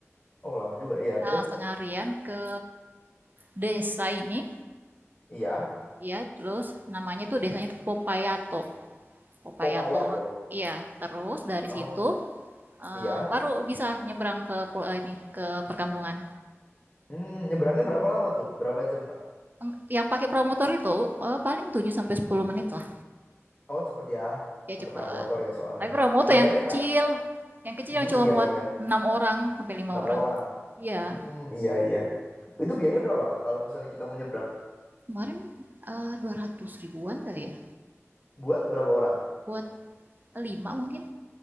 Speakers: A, on the left; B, on the right.
A: oh lama juga. Iya,
B: Nah,
A: terus,
B: setengah harian ke desa ini,
A: iya,
B: ya. Terus namanya tuh desanya tuh Popayato. Popayato.
A: Popaya tuh.
B: Iya, terus dari
A: Oh,
B: situ eh,
A: iya.
B: baru bisa nyebrang ke pul- eh, ini ke perkampungan.
A: Hmm, nyebrangnya berapa lama tuh? Berapa jam, Kak?
B: Yang- Yang pakai promotor itu eh, paling 7 sampai 10 menit lah.
A: Oh, cepet ya.
B: Ya
A: Pakai
B: cepat.
A: perahu motor ya soalnya.
B: Tapi promotor
A: Bayarnya,
B: yang kecil,
A: Kak?
B: yang kecil
A: Hmm,
B: yang cuma
A: iya,
B: muat
A: iya.
B: 6 orang sampai lima
A: Enam
B: orang.
A: orang.
B: Iya.
A: Hmm, iya, iya. Itu biayanya berapa, Kak? Kalau misalnya kita mau nyebrang,
B: kemarin uh, dua ratus ribuan kali ya
A: buat berapa orang?
B: buat lima mungkin